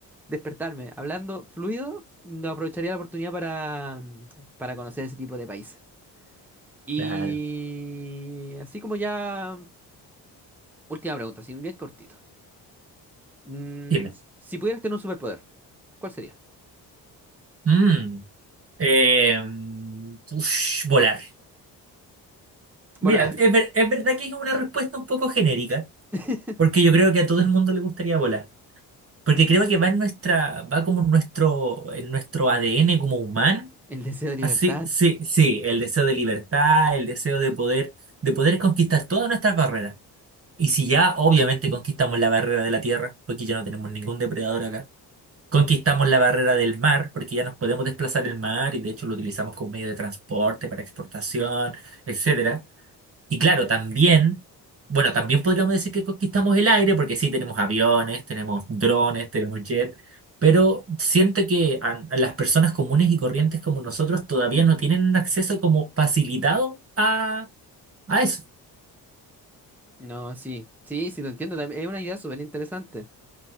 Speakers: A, in the centre; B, on the right.
A: despertarme hablando fluido, no aprovecharía la oportunidad para, para conocer ese tipo de países. Y
B: claro.
A: así como ya... Última pregunta, sí, bien cortito. Mm,
B: Dime.
A: s- si pudieras tener un superpoder, ¿cuál sería?
B: Mm, eh, ush, volar. Mira,
A: Volar.
B: es, ver- es verdad que es una respuesta un poco genérica,
A: <laughs>
B: porque yo creo que a todo el mundo le gustaría volar. Porque creo que va en nuestra, va como en nuestro, en nuestro ADN como humano
A: El deseo de libertad.
B: Así, sí, sí, sí, el deseo de libertad, el deseo de poder, de poder conquistar todas nuestras barreras. Y si ya, obviamente, conquistamos la barrera de la tierra, porque ya no tenemos ningún depredador acá. Conquistamos la barrera del mar, porque ya nos podemos desplazar el mar y de hecho lo utilizamos como medio de transporte para exportación, etcétera. Y claro, también, bueno, también podríamos decir que conquistamos el aire, porque sí, tenemos aviones, tenemos drones, tenemos jet, pero siento que a, a las personas comunes y corrientes como nosotros todavía no tienen un acceso como facilitado a, a eso.
A: No, sí, sí, sí, te entiendo. tam- Es una idea súper interesante.